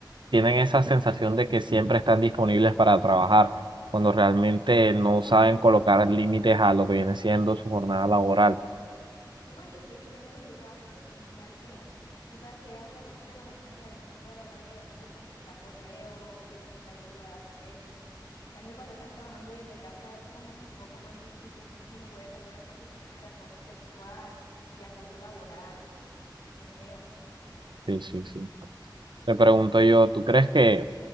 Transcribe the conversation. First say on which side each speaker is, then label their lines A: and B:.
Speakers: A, on the right; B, on the left.
A: tienen esa sensación de que siempre están disponibles para trabajar, cuando realmente no saben colocar límites a lo que viene siendo su jornada laboral.
B: Sí, porque es que es diferente cuando tú trabajas presencial que tú sabes que llegas a las 8 de la mañana y a las 5 de la tarde dejas de contestar correo, de contestar el celular a tu jefe. En cambio, cuando estás trabajando desde casa es como que un poco más difícil, incluso se puede tornar estas situaciones de acoso sexual y acoso laboral. Es feo.
A: Sí, sí, sí. Me pregunto yo, ¿tú crees que